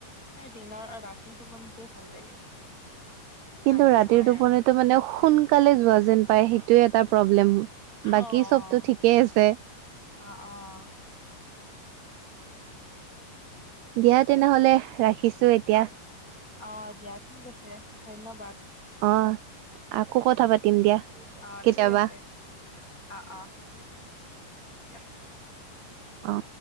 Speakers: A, on the left (about 20°); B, on the right (about 80°).
A: এই দিনৰ ৰাতিৰ টোপনিটোয়ে ভাল লাগে।
B: কিন্তু
A: ভালকে
B: ৰাতিৰ
A: হয়
B: টোপনিটো
A: আৰু
B: মানে সোনকালে যোৱা যেন পায় সেইটোৱে এটা প্ৰব্লেম।
A: অ',
B: বাকী চবতো
A: অ',
B: ঠিকেই আছে
A: অ', অ।
B: দিয়া তেনেহলে ৰাখিছোঁ এতিয়া।
A: অ অ', দিয়া ঠিক আছে ধন্যবাদ।
B: অ', আকৌ কথা পাতিম দিয়া।
A: অ',
B: কেতিয়াবা
A: ঠিক আছে অ', অ', দিয়া।
B: অ'।